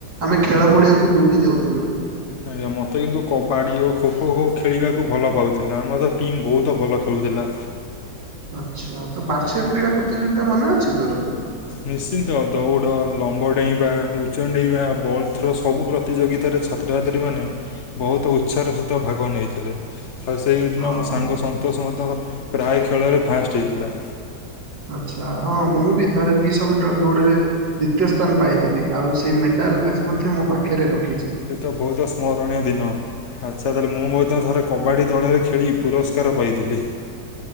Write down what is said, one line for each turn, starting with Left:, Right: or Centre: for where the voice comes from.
Right: ଆମେ ଖେଳ ପଡିିବାକୁ ଦୌଡି ଯାଉଥିଲୁ।
Left: ଆଜ୍ଞା ମତେ କିନ୍ତୁ କବାଡି ହଉ ଖୋଖୋ ହୋ ଖେଳିବାକୁ ଭଲ ପାଉଥିଲ ଆମର ତ ଟିମ୍ ବହୁତ ଭଲ ଖେଳୁୁ ଖେଳୁଥିଲା।
Right: ଆଚ୍ଛା ତ ବାର୍ଷିକ କ୍ରୀଡ଼ା ପ୍ରତିଯୋଗିତା ମନେ ଅଛି ତୋର।
Left: ନିଶ୍ଚିନ୍ତ ଦୌଡ଼ ଲମ୍ବ ଡେଇଁବା ଉଚ୍ଚ ଡେଇଁବା ବଲ୍ ଥ୍ରୋ ସବୁ ପ୍ରତିଯୋଗିତାରେ। ଛାତ୍ରଛାତ୍ରୀ ମାନେ ବହୁତ ଉତ୍ସାହ ସହିତ ଭାଗ ନେଇଥିଲେ। ଆଉ ସେଇଦିନ
Right: ହଁ
Left: ମୋ ସାଙ୍ଗ ସନ୍ତୋଷ ମଧ୍ୟ ପ୍ରାୟ ଖେଳରେ ଫାଷ୍ଟ ହେଇଥିଲା।
Right: ଆଚ୍ଛା ହଁ ମୁଁ ବି ଥରେ ଦିଶହ ମିଟର ଦୌଡରେ ଦ୍ଵିତୀୟ ସ୍ଥାନ ପାଇଥିଲି ଆଉ ସେଇ ମେଡାଲ୍ ଆଜି ମଧ୍ୟ ମୋ ପାଖରେ ରଖ
Left: ସେତ ବହୁତ ସ୍ମରଣୀୟ ଦିନ। ଆଚ୍ଛା ତାହେଲେ ମୁଁ ମଧ୍ୟ ଥରେ କବାଡ଼ି ଦଳରେ ଖେଳି ପୁରସ୍କାର ପାଇଥିଲି।